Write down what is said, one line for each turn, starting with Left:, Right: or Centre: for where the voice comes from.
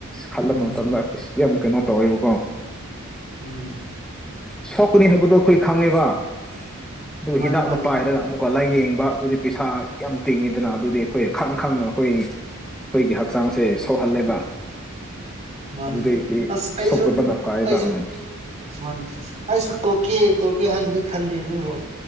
Centre: ꯈꯜꯂꯝꯕ
Right: ꯎꯝ
Centre: ꯃꯇꯝꯗꯁ ꯌꯥꯝ ꯀꯩꯅꯣ ꯇꯧꯋꯦꯕꯀꯣ
Right: ꯎꯝ
Centre: ꯁꯣꯛꯀꯅꯤ ꯍꯥꯏꯕꯗꯣ ꯑꯩꯈꯣꯏ ꯈꯪꯉꯦꯕ ꯑꯗꯨꯒ
Right: ꯃꯥꯅꯦ
Centre: ꯍꯤꯗꯥꯛꯇꯣ
Right: ꯃꯥꯅꯦ
Centre: ꯄꯥꯏꯔꯒ ꯀꯣ ꯂꯥꯏꯌꯦꯡꯕ ꯑꯗꯨꯗꯤ ꯄꯩꯁꯥ ꯌꯥꯝ ꯇꯤꯡꯉꯤꯗꯅ ꯑꯗꯨꯗꯤ ꯑꯩꯈꯣꯏ ꯈꯪ ꯈꯪꯅ ꯑꯩꯈꯣꯏ ꯑꯩꯈꯣꯏꯒꯤ ꯍꯛꯆꯥꯡꯁꯦ ꯁꯣꯛꯍꯜꯂꯦꯕ
Right: ꯃꯥꯅꯦ
Centre: ꯑꯗꯨꯗꯩꯗꯤ
Right: ꯑꯁ ꯑꯩꯁꯨ
Centre: ꯁꯣꯛꯇꯕꯅ ꯐꯩꯌꯦꯕ
Right: ꯑꯩꯁꯨ
Centre: ꯎꯝ
Right: ꯃꯥꯅꯤ ꯑꯩꯁꯨ ꯀꯣꯛ ꯇꯣꯛꯀꯦ ꯇꯣꯛꯀꯦ ꯍꯥꯏꯅꯗꯤ ꯈꯜꯂꯤꯕꯅꯦꯕꯣ